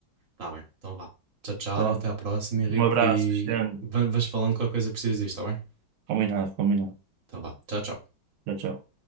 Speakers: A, on the right; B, on the right.
A: Tá bem, então vá. Tchau, tchau,
B: Tá.
A: até à próxima, Henrique,
B: Um abraço,
A: e
B: Cristiano.
A: va- vais falando qualquer coisa que precisas disto, tá bem?
B: Combinado, combinado.
A: Então vá, tchau, tchau.
B: Tchau, tchau.